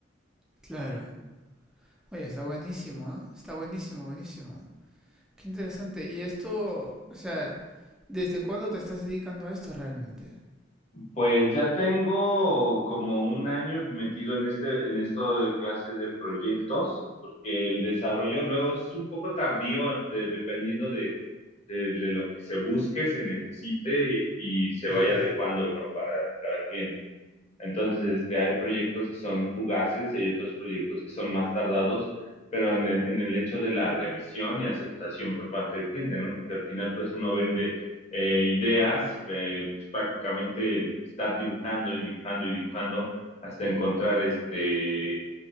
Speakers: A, in the centre; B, on the left.
A: claro. Oye, está buenísimo, ¿ah? Está buenísimo, buenísimo. Qué interesante. Y esto, o sea... ¿Desde cuándo te estás dedicando a esto realmente?
B: Pues ya tengo como un año metido en este, en esto de clase de proyectos, porque el desarrollo luego es un poco tardío, de- dependiendo de, de, de lo que se busque, se necesite y, y se
A: Ajá.
B: vaya adecuando, ¿no? Para cada cliente. Entonces, este, hay proyectos que son fugaces y hay otros proyectos que son más tardados, pero en el, en el hecho de la revisión y aceptación por parte del cliente, ¿no? Porque al final, pues uno vende eh, ideas, eh, pues, prácticamente estar dibujando y dibujando y dibujando hasta encontrar este,